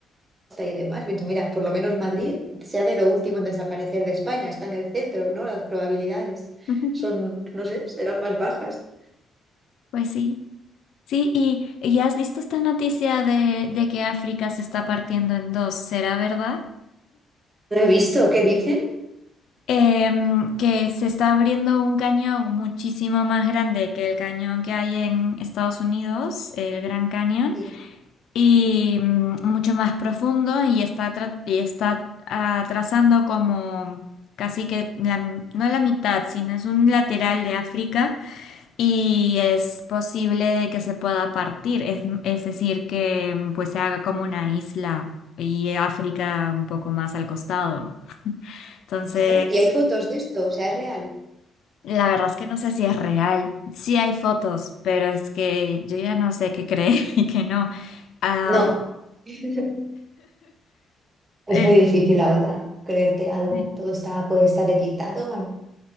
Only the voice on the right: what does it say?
costa y demás. Pienso, mira, por lo menos Madrid sea de lo último en desaparecer de España, está en el centro, ¿no? Las probabilidades
son, no sé, serán más bajas.
No he visto, ¿qué dicen?
Sí,
ostras. ¿Y hay fotos de esto? O sea, es real.
No, <laughs> es muy
difícil ahora creerte algo.
Todo está, puede estar editado,